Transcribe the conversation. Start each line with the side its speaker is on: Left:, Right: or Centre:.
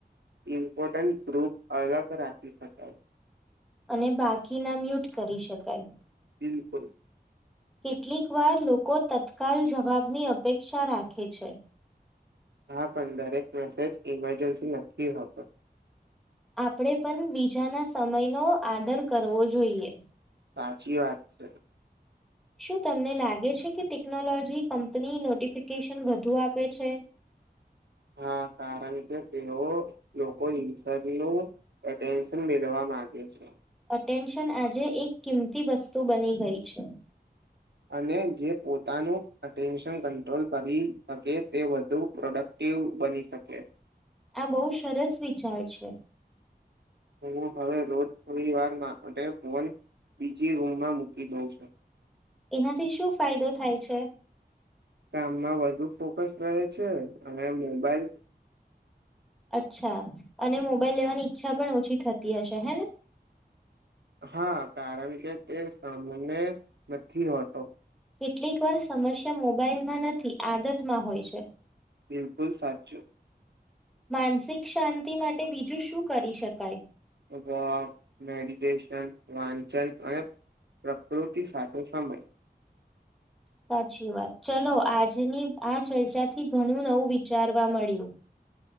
Right: ઇમ્પોર્ટન્ટ ગ્રુપ અલગ રાખી શકાય.
Centre: અને બાકી ના મ્યુટ કરી શકાય.
Right: બિલકુલ.
Centre: કેટલીક વાર લોકો તત્કાલ જવાબની અપેક્ષા રાખે છે.
Right: હા પણ દરેક મેસેજ ઈમરજન્સી નથી હોતો.
Centre: આપણેે પણ બીજાના સમયનો આદર કરવો જોઈએ.
Right: સાચી વાત છે.
Centre: શું તમને લાગે છે કે ટેકનોલોજી કંપની નોટિફિકેશન વધુ આપે છે.
Right: હા કારણ કે તેઓ લોકો ઈશર નું એટેન્શન મેળવા માંગે છે.
Centre: અટેન્શન આજે એક કિંમતી વસ્તુ બની ગઈ છે.
Right: અને જે પોતાનું અટેન્શન કંટ્રોલ કરી શકે તે વધુ પ્રોડક્ટિવ બની શકે.
Centre: આ બહુ સરસ વિચાર છે.
Right: હું હવે રોજ થોડી વાર માટે ફોન બીજી રૂમમાં મૂકી દઉં છું.
Centre: એનાથી શું ફાયદો થાય છે.
Right: કામમાં વધુ ફોકસ રહે છે અને મોબાઈલ
Centre: અચ્છા અને મોબાઈલ લેવાની ઈચ્છા પણ ઓછી થતી હશે હે ને.
Right: હા કારણ કે તે સામાને નથી હોત તો.
Centre: કેટલીક વાર સમસ્યા મોબાઈલમાં નથી આદતમાં હોય છે.
Right: બિલકુલ સાચું.
Centre: માનસિક શાંતિ માટે બીજું શું કરી શકાય.
Right: વોક, મેડિટેશન, વાંચન, અને પ્રકૃતિ સાથે સમય
Centre: સાચી વાત ચલો આજની આ ચર્ચા થી ઘણું નવું વિચારવા મળ્યું.